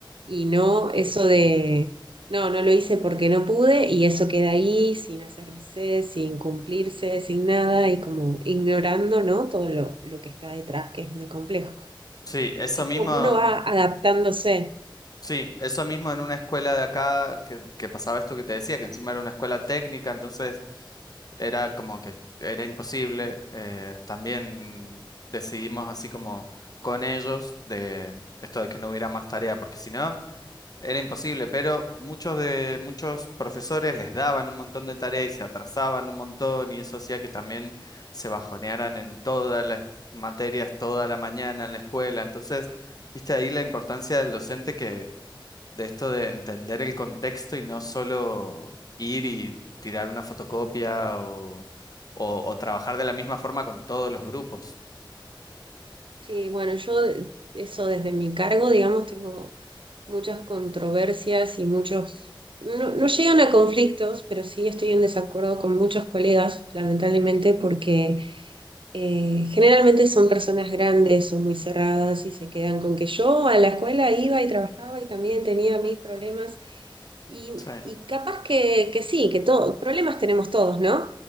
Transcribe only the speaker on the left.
Sí, eso
mismo,
sí, eso mismo en una escuela de acá que, que pasaba esto que te decía, que encima era una escuela técnica, entonces era como que era imposible. eh, también decidimos así como con ellos de esto de que no hubiera más tarea, porque si no... Era imposible, pero muchos de muchos profesores les daban un montón de tareas y se atrasaban un montón y eso hacía que también se bajonearan en todas las materias toda la mañana en la escuela. Entonces, viste ahí la importancia del docente que de esto de entender el contexto y no solo ir y tirar una fotocopia o, o- o trabajar de la misma forma con todos los grupos.
Sí,